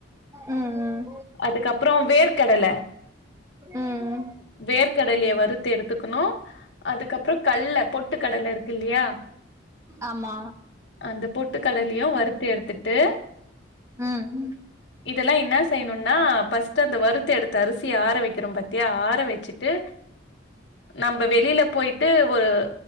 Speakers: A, on the right; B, on the left.
A: ம் ம்
B: அதுக்கப்றோ வேர்க்கடல
A: ம்
B: வேர்க்கடலிய வறுத்து எடுத்துக்கனு அதுக்கப்றோ கல்ல பொட்டு கடல இருக்குல்லியா
A: ஆமா
B: அந்த பொட்டு கடலியு வறுத்து எடுத்துட்டு
A: ம்
B: இதெல்லா இன்னா செய்னுன்னா பஸ்ட்டு அந்த வறுத்த எடுத்து அரிசிய ஆற வக்கிறோம் பாத்தியா ஆற வச்சிட்டு நம்ப வெளில போயிட்டு ஒரு